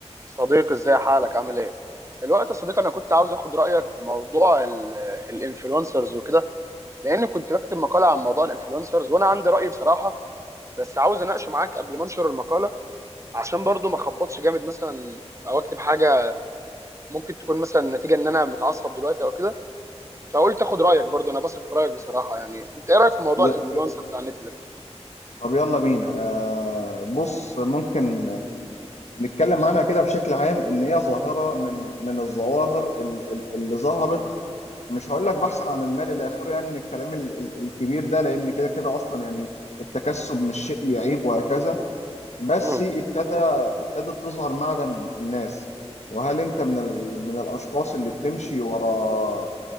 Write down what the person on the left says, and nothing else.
ي-
طب يلا بينا آه بص ممكن نتكلم عنها كده بشكل عام ان هي ظاهره من من الظواهر ال- ال- اللي ظهرت مش هقول لك بحثا عن المال الى اخره يعني من الكلام ال- ال- الكبير ده لان كده كده اصلا يعني التكسب مش شيء يعيب وهكذا بس
ابتدى ابتدت تظهر معدن الناس وهل انت من ال من الاشخاص اللي بتمشي ورا